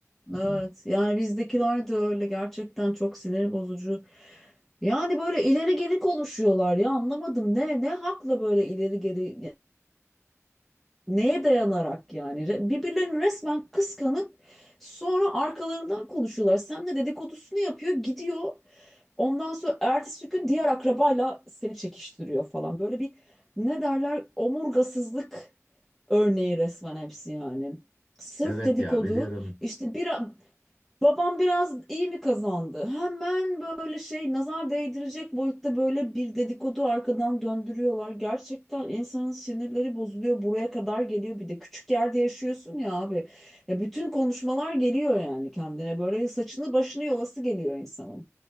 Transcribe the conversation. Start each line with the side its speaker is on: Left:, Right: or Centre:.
Right: Hı hı.
Centre: Evet yani bizdekiler de öyle gerçekten çok sinir bozucu. Yani böyle ileri geri konuşuyorlar ya anlamadım ne ne hakla böyle ileri geri neye dayanarak yani Re- birbirlerini resmen kıskanıp sonra arkalarından konuşuyorlar. Sen de dedikodusunu yapıyor gidiyor Ondan sonra ertesi gün diğer akrabayla seni çekiştiriyor falan. Böyle bir ne derler omurgasızlık örneği resmen hepsi yani. Sırf
Right: Evet
Centre: dedikodu
Right: ya biliyorum.
Centre: işte bir babam biraz iyi mi kazandı? Hemen böyle şey nazar değdirecek boyutta böyle bir dedikodu arkadan döndürüyorlar. Gerçekten insanın sinirleri bozuluyor. Buraya kadar geliyor bir de küçük yerde yaşıyorsun ya abi. Ya bütün konuşmalar geliyor yani kendine böyle saçını başını yolası geliyor insanın.